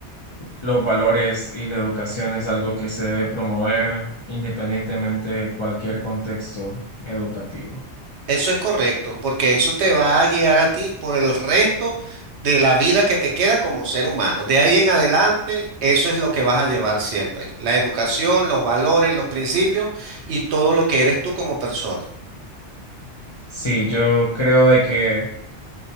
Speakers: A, on the left; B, on the right.
A: los valores y la educación es algo que se debe promover independientemente de cualquier contexto educativo.
B: Eso es correcto, porque eso te va a guiar a ti por el resto de la vida que te queda como ser humano. De ahí en adelante, eso es lo que vas a llevar siempre. La educación, los valores, los principios y todo lo que eres tú como persona.
A: Sí, yo creo de que